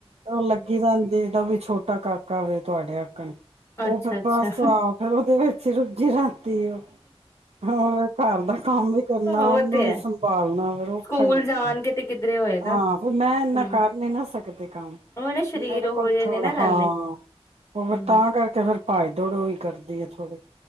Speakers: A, on the right (about 85°); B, on the left (about 25°).
A: ਉਹ ਲੱਗੀ ਰਹਿੰਦੀ ਹੈ ਤੇ ਛੋਟੀ ਵੀ ਛੋਟਾ ਕਾਕਾ ਤੁਹਾਡੇ ਵਾਂਗੂ
B: ਅੱਛਾ
A: ਉਹ ਫਿਰ
B: ਅੱਛਾ
A: ਬਸ ਆਹ ਫੇਰ ਉਹਦੇ ਵਿੱਚ ਹੀ ਰੁ ਜਿਰਾ ਤੇ ਉਹ ਹੋਰ ਘਰ ਦਾ ਕੰਮ ਵੀ ਕਰਨਾ
B: ਉਹ
A: ਉਹਨੂੰ
B: ਤੇ
A: ਵੀ
B: ਹੈ
A: ਸੰਭਾਲਣਾ ਫੇਿਰ ਔਖਾ
B: ਸਕੂਲ
A: ਹੀ ਹੁੰਦਾ
B: ਜਾਣ ਕੇ ਤੇ ਕਿੱਧਰੇ ਹੋਏਗਾ
A: ਹਾਂ ਫ ਮੈਂ ਇਨਾ
B: ਹਮ
A: ਕਰ ਨੀ ਨਾ ਸਕਦੀ ਕੰਮ
B: ਉਹ ਨਾ ਸਰੀਰ
A: ਮੇਰੇ
B: ਉਹੋ
A: ਕੋਲ
B: ਜਿਹੇ
A: ਥੋੜਾ
B: ਨੇ ਨਾ
A: ਹਾਂ
B: ਰਹਿੰਦੇ
A: ਉਹ
B: ਹਮ
A: ਫ ਤਾਂ ਕਰਕੇ ਫਿਰ ਭਏ ਦੌੜੋ ਹੀ ਕਰਦੀ ਆ ਥੋੜੀ